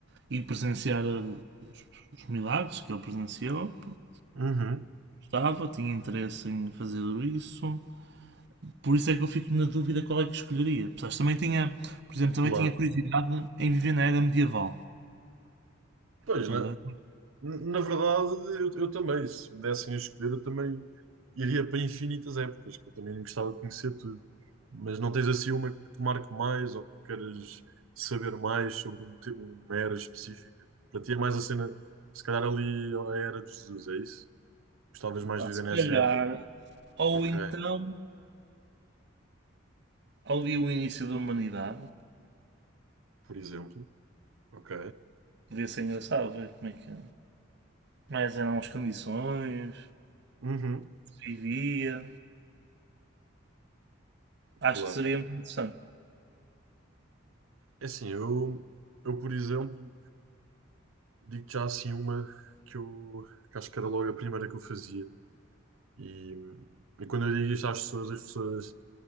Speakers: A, on the right; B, on the right.
A: e presenciar uh, os, os milagres que ele presenciou. Pronto,
B: Uhum.
A: Gostava, tinha interesse em fazer isso. Por isso é que eu fico na dúvida qual é que escolheria. Apesar de também tinha, por exemplo, também
B: Claro.
A: tinha curiosidade em viver na era medieval.
B: Pois,
A: Estás
B: né?
A: a ver?
B: Na verdade, eu, eu também, se me dessem a escolher, eu também iria para infinitas épocas, que eu também gostava de conhecer tudo. Mas não tens assim uma que te marque mais ou que tu queiras saber mais sobre um te- uma era específica? Para ti é mais a cena, se calhar ali a era de Jesus, é isso? Gostavas mais
A: Pá,
B: de viver
A: Se
B: nessa
A: calhar,
B: época?
A: ou
B: Ok,
A: então ali o início da humanidade.
B: por exemplo. Ok.
A: Podia ser engraçado ver como é que. Mas eram as condições,
B: Uhum,
A: se vivia. Acho
B: claro.
A: que seria muito interessante.
B: É assim, eu, eu por exemplo, digo já assim uma que eu que acho que era logo a primeira que eu fazia. E, e quando eu digo isto às pessoas, as pessoas